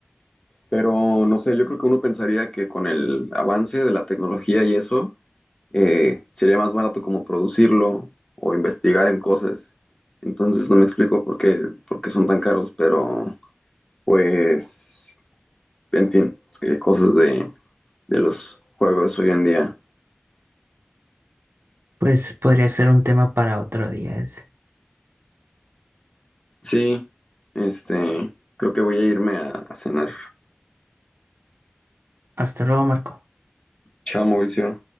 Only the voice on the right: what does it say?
Pues podría ser un tema para otro día ese.
Hasta luego, Marco.